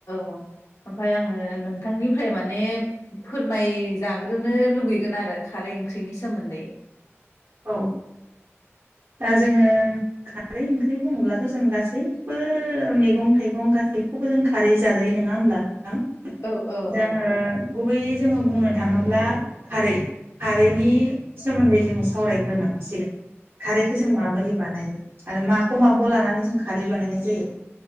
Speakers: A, on the left (about 90°); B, on the right (about 50°).
A: ओमफाय आङो नोंथांनिफ्राय माने फोरमाय जाग्रोनो लुगै गोन आरो खारै ओंख्रिनि सोमोन्दै
B: औ दा जोङो खारै ओंख्रि बुङोब्लाथ'जों गासैबो मैगं थाइगं गासैखौबो जों खारै जाजायो नङा होमब्ला नोंथां
A: औ औ
B: जोङो
A: औ
B: गुबै जोङो बुंनो थाङोब्ला खारै खारैनि सोमोन्दै जोङो सावरायग्रोनांसिगोन खारैखो जों
A: औ
B: माबोरै
A: औ
B: बानायो आरो माखौ माखौ
A: उम,
B: लानानै जों खा रै बानायनाय जायो